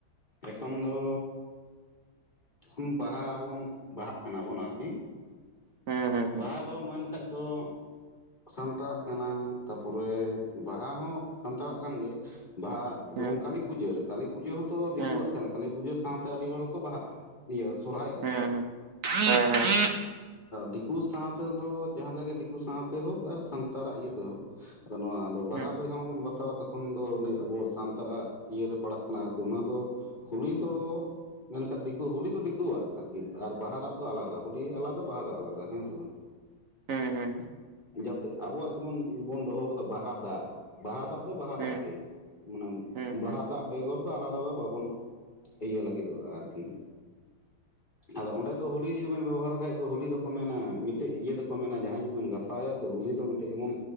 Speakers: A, on the left; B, on the right.
A: ᱮᱠᱷᱚᱱ ᱫᱚ ᱡᱚᱠᱷᱚᱱ ᱵᱟᱦᱟ ᱵᱚᱱ ᱵᱟᱦᱟᱜ ᱠᱟᱱᱟ ᱵᱚᱱ ᱟᱨᱠᱤ
B: ᱦᱩᱸ ᱦᱩᱸ
A: ᱵᱟᱦᱟ ᱫᱚ ᱢᱮᱱᱠᱟᱱ ᱫᱚ ᱥᱟᱱᱛᱟᱲᱟᱜ ᱠᱟᱱᱟ ᱛᱟᱨᱯᱚᱨᱮ ᱵᱟᱦᱟ ᱦᱚᱸ ᱥᱟᱱᱛᱟᱲᱟᱜ ᱠᱟᱱ ᱜᱮᱭᱟ ᱵᱟᱦᱟ
B: ᱦᱩᱸ
A: ᱡᱮᱢᱚᱱ ᱠᱟᱹᱞᱤ ᱯᱩᱡᱟᱹᱨᱮ ᱠᱟᱹᱞᱤ ᱯᱩᱡᱟᱹ ᱦᱚᱸᱛᱚ ᱫᱤᱠᱩᱣᱟᱜ
B: ᱦᱩᱸ
A: ᱠᱟᱱᱟ ᱠᱟᱹᱞᱤ ᱯᱩᱡᱟᱹ ᱥᱟᱶᱛᱮ ᱟᱹᱰᱤ ᱦᱚᱲ ᱠᱚ ᱵᱟᱦᱟᱜᱼᱟ ᱤᱭᱟᱹ ᱥᱚᱨᱦᱟᱭᱚᱜᱼᱟ
B: ᱦᱩᱸ
A: ᱠᱚ
B: ᱦᱮᱸ ᱦᱮᱸ
A: ᱫᱤᱠᱩ ᱥᱟᱶᱛᱮᱮᱫᱚ ᱡᱟᱦᱟᱸ ᱞᱮᱠᱟ ᱜᱮ ᱫᱤᱠᱩ ᱥᱟᱶᱛᱮ ᱦᱳᱠ ᱟᱨ ᱥᱟᱱᱛᱟᱲᱟᱜ ᱤᱭᱟᱹᱛᱮ ᱦᱳᱠ ᱟᱫᱚ ᱱᱚᱣᱟ ᱫᱚ ᱵᱟᱦᱟ
B: ᱦᱩᱸ
A: ᱫᱚ ᱡᱚᱠᱦᱚᱱ ᱵᱚᱱ ᱵᱟᱛᱟᱣᱟ ᱛᱚᱠᱷᱚᱱ ᱫᱚ ᱱᱤᱭᱟ ᱟᱵᱚ ᱥᱟᱱᱛᱟᱲᱟᱜ ᱤᱭᱟᱹᱨᱮ ᱯᱟᱲᱟᱜ ᱠᱟᱱᱟ ᱟᱨ ᱠᱤ ᱚᱱᱟ ᱫᱚ ᱦᱩᱞᱩᱭ ᱫᱚ ᱢᱮᱱ ᱠᱷᱟᱱ ᱫᱤᱠᱩ ᱦᱳᱞᱤ ᱫᱚ ᱫᱤᱠᱩᱣᱟᱜ ᱟᱨ ᱠᱤ ᱟᱨ ᱵᱟᱦᱟ ᱫᱟᱜ ᱫᱚ ᱟᱞᱟᱫᱟ ᱦᱚᱳᱞᱤ ᱟᱞᱟᱫᱟ ᱵᱟᱦᱟ ᱫᱟᱜ ᱟᱞᱟᱫᱟ <unintelligible>
B: ᱦᱮᱸ ᱦᱮᱸ ᱦᱸ
A: ᱡᱟᱛᱮ ᱟᱵᱚᱣᱟᱜ ᱡᱮᱢᱚᱱ ᱵᱚᱱ ᱫᱚᱦᱚ ᱠᱟᱫᱟ ᱵᱟᱦᱟ ᱫᱟᱜ ᱵᱟᱦᱟ ᱫᱟᱜ ᱫᱚ ᱵᱟᱦᱟ
B: ᱦᱩᱸ
A: ᱫᱟᱜ ᱜᱮ ᱢᱟᱱᱮ
B: ᱦᱩᱸ ᱦᱩᱸ ᱦᱮᱸ
A: ᱵᱟᱦᱟ
B: ᱦᱮᱸ
A: ᱫᱟᱜ ᱵᱮᱜᱚᱨ ᱫᱚ ᱟᱞᱟᱫᱟ ᱫᱚ ᱵᱟ ᱵᱚᱱ ᱤᱭᱟᱹ ᱞᱟᱹᱜᱤᱫᱚᱜᱼᱟ ᱟᱨ ᱠᱤ ᱟᱫᱚ ᱚᱸᱰᱮ ᱫᱚ ᱦᱚᱳᱞᱤ ᱡᱩᱫᱤ ᱵᱮᱱ ᱵᱮᱵᱚᱦᱟᱨ ᱠᱷᱟᱡ ᱫᱚ ᱦᱳᱞᱤ ᱫᱚ ᱠᱚ ᱢᱮᱱᱟ ᱢᱤᱫᱴᱮᱡ ᱤᱭᱟᱹ ᱫᱚ ᱠᱚ ᱢᱮᱱᱟ ᱡᱟᱦᱟᱸᱭ ᱡᱩᱫᱤ ᱵᱚᱱ ᱜᱟᱥᱟᱣᱭᱟ ᱥᱮ ᱦᱳᱞᱤᱤ ᱫᱚ ᱢᱤᱫᱴᱮᱡ ᱮᱢᱚᱱ